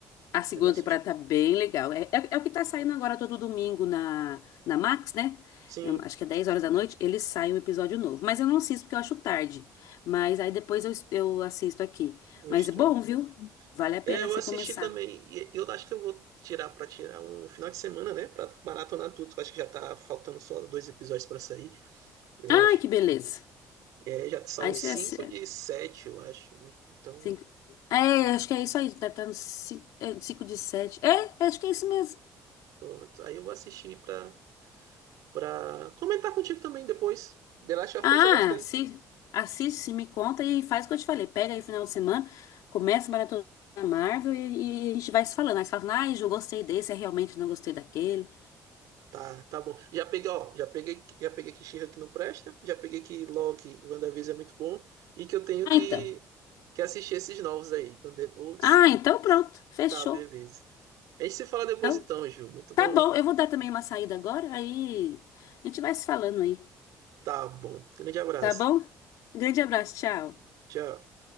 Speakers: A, on the left; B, on the right.
A: A segunda
B: Ainda não assisti.
A: temporada tá bem legal. É, é, é o que tá saindo agora todo domingo na, na Max, né?
B: Sim,
A: É, acho que é 10 horas da noite, ele sai um episódio novo. Mas eu não assisto porque eu acho tarde. Mas aí depois eu, eu assisto aqui.
B: no
A: Mas
B: stream.
A: é bom, viu? Vale a pena
B: É, eu
A: você
B: assisti
A: começar.
B: também. E eu acho que eu vou tirar pra tirar um final de semana, né? Pra maratonar tudo. que Eu acho que já tá faltando só dois episódios pra sair, eu
A: Ai,
B: acho.
A: que beleza.
B: É, já saiu
A: Aí você.
B: cinco
A: assi-
B: de sete, eu acho, né? Então,
A: Cinco... É, acho que é isso aí. Deve estar no 5 é, cinco de 7 É, acho que é isso mesmo.
B: pronto. Aí eu vou assistir pra, pra comentar contigo também depois. The Last of
A: Ah,
B: Us eu gostei.
A: assi- assiste, me conta e faz o que eu te falei. Pega aí o final de semana, começa a maratona da Marvel e, e a gente vai se falando. Aí você fala, ah, eu gostei desse, eu realmente não gostei daquele.
B: Tá, tá bom. Já peguei, ó, já peguei, já peguei que She-Hulk que não presta, já peguei que Loki, WandaVision é muito bom e que eu tenho
A: Ah,
B: que,
A: então.
B: que assistir esses novos aí. Então Thunderbolts
A: Ah,
B: e
A: então pronto, fechou.
B: tá, beleza. A gente se fala depois
A: Então,
B: então, Ju. Muito bom.
A: tá bom, eu vou dar também uma saída agora, aí a gente vai se falando aí,
B: Tá bom. Grande abraço.
A: tá bom? Grande abraço, tchau.
B: Tchau.